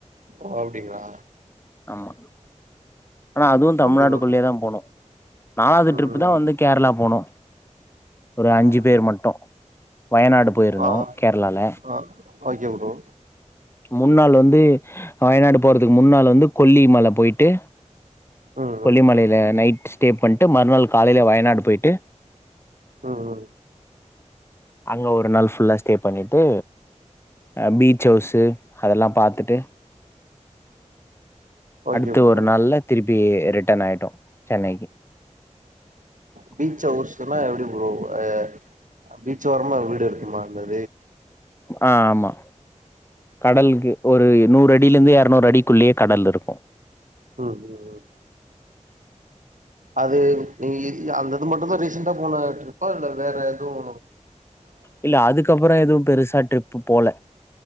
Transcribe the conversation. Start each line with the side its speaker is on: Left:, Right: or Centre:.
Right: ஓ அப்டிங்களா
Left: ஆமா ஆனா அதுவும் தமிழ்நாட்டுக்குள்ளயே
Right: ஓகே ப்ரோ
Left: தான் போனோம் நாலாவது ட்ரிப்
Right: ம்
Left: தான் வந்து கேரளா போனோம் ஒரு அஞ்சு
Right: ம்
Left: பேர் மட்டும் வயநாடு போயிருந்தோம்
Right: ஆ
Left: கேரளால
Right: ஆ ஓகே ப்ரோ
Left: முன்னால் வந்து வயநாடு போறதுக்கு முன்னால் வந்து கொல்லிமலை போயிட்டு
Right: ம்
Left: கொல்லிமலிலே
Right: ம்
Left: நைட் ஸ்டே பண்ணிட்டு மறுநாள் காலை காலையில வயநாடு வயநாடு போயிட்டு
Right: ஆஹ்ஹ
Left: அங்க ஒரு நாள் ஃபுல்லா ஸ்டே பண்ணிட்டு அஹ் பீச் ஹவுஸ் அதெல்லாம் பாத்துட்டு
Right: ஓகே
Left: அடுத்த
Right: ப்ரோ
Left: ஒரு நாள்ல திருப்பி ரிட்டன் ஆயிட்டோம் சென்னைக்கு
Right: பீச் ஹவுஸ்னா எப்டி ப்ரோ ஆ பீச் ஓரமா வீடு இருக்குமா அங்க
Left: ஆஹ் ஆமா கடலுக்கு ஒரு
Right: ம்
Left: நூறு அடியில இருந்து இன்னொரு அடி உள்ளேயே கடல் இருக்கும்
Right: ம் ம் அது நீ அந்தது மட்டும் தான் ரீசண்டா போன டிரிப்பா இல்ல வேற எதுவும்
Left: இல்ல அதுக்கப்புறம் எதுவும் பெருசா டிரிப் போல